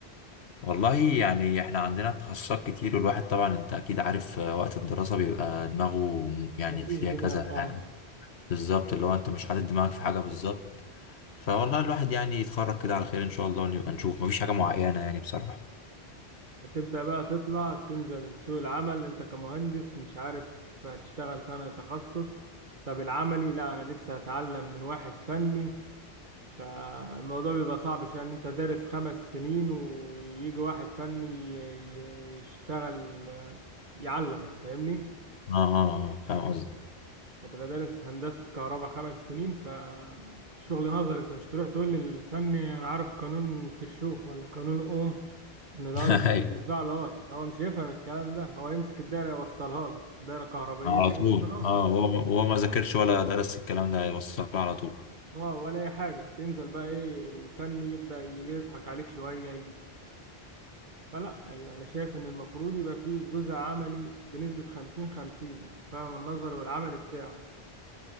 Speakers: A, on the left; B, on the right.
A: والله يعني احنا عندنا تخصصات كتير والواحد طبعا انت اكيد عارف آه، وقت الدراسة بيبقى دماغه يعني
B: مفيش
A: فيها
B: دماغ
A: كذا
B: اه
A: حاجة بالظبط اللي هو انت مش حاطط دماغك في حاجة بالظبط فوالله الواحد يعني يتخرج كده على خير ان شاء الله ونبقى نشوف مفيش حاجة معينة يعني بصراحة
B: هتبدأ بقى تطلع تنزل سوق العمل انت كمهندس مش عارف هتشتغل فين تخصص طب العملي لا انا لسه هتعلم من واحد فني فالموضوع بيبقى صعب عشان يعني انت دارس خمس سنين ويجي واحد فني ي- يشتغل يعلمك فاهمني
A: اه اه اه فاهم قصدي
B: هتبقى دارس هندسة كهرباء خمس سنين فشغل نظر انت مش تروح تقول للفني انا عارف قانون كرشوف ولا قانون اوم ان الار
A: <laughs>
B: يساوي
A: أيوة،
B: البتاع لاي هو مش هيفهم الكلام ده هو يمسك الدايرة يوصلها لك دايرة كهربائية
A: على طول
B: يوصلها
A: اه
B: لك
A: هو هو ما ذاكرش ولا درس الكلام ده هيوصل على طول
B: اه ولا اي حاجة تنزل بقى ايه الفني يبدأ يضحك عليك شوية فلا ال- انا شايف ان المفروض يبقى فيه جزء عملي بنسبة 50 50 انت فاهم النظر والعمل بتاعه